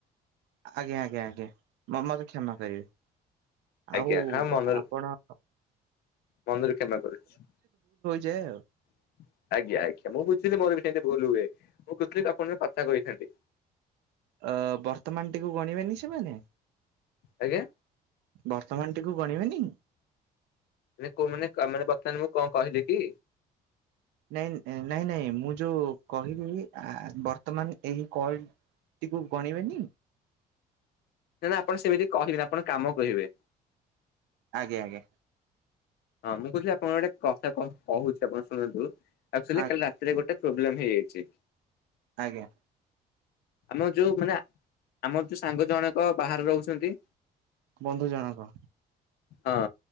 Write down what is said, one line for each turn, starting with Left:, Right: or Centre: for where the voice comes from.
Right: ଆଜ୍ଞା ଆଜ୍ଞା ଆଜ୍ଞା। ମ ମତେ କ୍ଷମା କରିବେ।
Left: ଆଜ୍ଞା
Right: ଆଉ
Left: ହଁ ମନରୁ
Right: ଆପଣ
Left: ମନରୁ କ୍ଷମା କରୁଛି।
Right: ଯେଉଁ।
Left: <inaudible> ଆଜ୍ଞା ଆଜ୍ଞା ମୁଁ ବୁଝିଲି ମୋର ବି ସେମତି ଭୁଲ ହୁଏ ମୁଁ କହୁଥିଲି ଆପଣ କଥା କହିଥାନ୍ତି।
Right: ଅ ବର୍ତ୍ତମାନ ଟିକୁ ଗଣିବେନି ସେମାନେ
Left: ଆଜ୍ଞା
Right: ବର୍ତ୍ତମାନେ ଟିକୁ ଗଣିବେନି?
Left: ମେ କୋଉ ମାନେ କାନରେ କଥା ବର୍ତ୍ତମାନ ମୁଁ କଣ କହିଲି କି?
Right: ନାଇଁ ନାଇଁ ନାଇଁ ମୁଁ ଯୋଉ କହିବି ଆ ବର୍ତ୍ତମାନ ଏହି କଲ ଟିକୁ ଗଣିବେନି?
Left: ତେଣୁ ଆପଣ ସେମିତି କହିବେନି। ଆପଣ କାମ କହିବେ।
Right: ଆଜ୍ଞା ଆଜ୍ଞା।
Left: ହଁ ମୁଁ କହୁଥିଲି ଆପଣ ଗୋଟେ କଥା କଣ କହୁଛି ଆପଣ ଶୁଣନ୍ତୁ। ଆକଚୁଆଲି
Right: ଆଜ୍ଞା
Left: କାଲି ରାତିରେ ଗୋଟେ ପ୍ରୋବ୍ଲେମ ହେଇଯାଇଛି।
Right: ଆଜ୍ଞା
Left: ଆମ ଯୋଉ ମାନେ ଆମର ଯୋଉ ସାଙ୍ଗ ଜଣକ ବାହାରେ ରହୁଛନ୍ତି
Right: ବନ୍ଧୁ ଜଣକ।
Left: ହଁ